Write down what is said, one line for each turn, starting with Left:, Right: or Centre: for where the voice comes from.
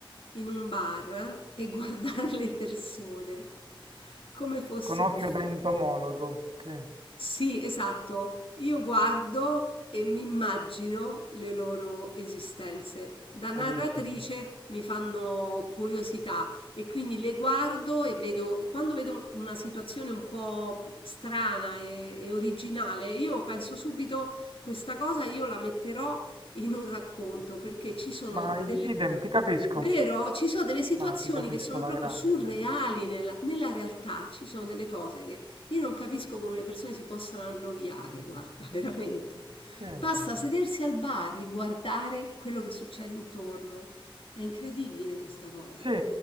Left: in un bar e <laughs> guardare le persone come fosse
Right: Con occhio
Left: un film.
Right: da entomologo, sì,
Left: Sì, esatto. Io guardo e mi immagino le loro esistenze. Da narratrice
Right: bellissimo.
Left: mi fanno curiosità e quindi le guardo e vedo, e quando vedo un- una situazione un po' strana e, e originale, io penso subito questa cosa io la metterò in un racconto perché ci sono
Right: Ma i-
Left: delle...
Right: idem, ti capisco,
Left: Vero, ci sono delle situazioni
Right: ma ti capisco
Left: che sono
Right: alla
Left: proprio
Right: grande.
Left: surreali nella, nella realtà, ci sono delle cose che io non capisco come le persone si possano annoiare, guarda, <laughs> veramente.
Right: Sì,
Left: Basta sedersi al bar e guardare quello che succede intorno. È incredibile questa cosa.
Right: sì,